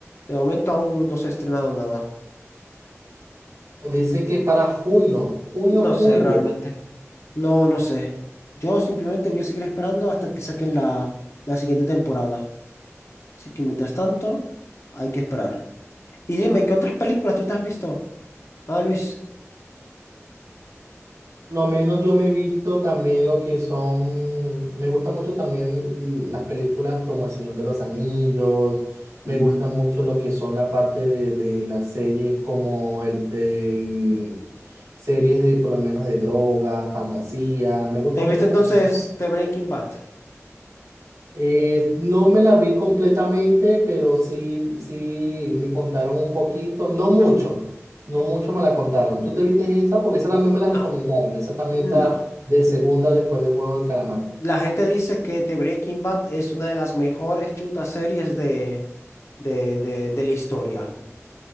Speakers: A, on the left; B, on the right.
A: De momento aún no se ha estrenado nada.
B: Dicen que para junio, junio,
A: No
B: julio.
A: sé realmente. No, no sé. Yo simplemente voy a seguir esperando hasta que saquen la, la siguiente temporada. Así que mientras tanto, hay que esperar. Y dime, ¿qué otras películas tú te has visto? Ah, Luis.
B: Lo menos yo me he visto también lo que son, me gustan mucho también mm, las películas como El Señor de los Anillos, me
A: Mm.
B: gusta mucho lo que son la parte de, de las series como el del, series de por lo menos de droga, fantasía, me gusta
A: ¿Te
B: mucho
A: viste entonces
B: también
A: The Breaking Bad?
B: eh, no me la vi completamente, pero sí, sí me contaron un poquito, no mucho, no mucho me la contaron. ¿Tú te viste esa? Porque esa también me la
A: No,
B: recomendaron. Esa también
A: no.
B: está de segunda después del juego del calamar.
A: La gente dice que The Breaking Bad es una de las mejores chutas series de, de, de, de la historia.